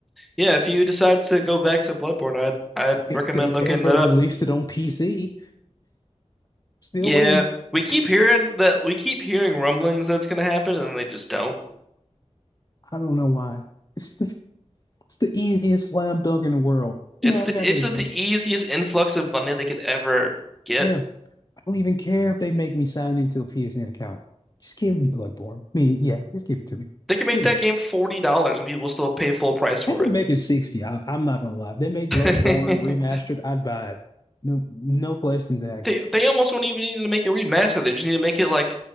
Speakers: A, in the centre; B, on the left.
A: Yeah, if you decide to go back to Bloodborne, I'd I'd
B: If
A: recommend
B: they
A: looking
B: ever
A: that
B: released
A: up.
B: it on PC, still
A: Yeah,
B: waiting.
A: we keep
B: Tw-
A: hearing that we keep hearing rumblings that's gonna happen, and they just don't.
B: I don't know why. <laughs> It's the easiest slam dunk in the world.
A: It's
B: No,
A: the
B: we're not
A: it's
B: gonna
A: just
B: do
A: the
B: it.
A: easiest influx of money they could ever get.
B: Yeah, I don't even care if they make me sign into a PSN account. Just give me Bloodborne. Me, yeah, just give it to me,
A: They could make
B: please.
A: that game forty dollars, and people still pay full price for
B: I could
A: it.
B: make it sixty. I, I'm not gonna lie. If they make
A: <laughs>
B: Bloodborne remastered, I'd buy it. No, no questions asked.
A: They they almost won't even need to make it remastered. They just need to make it like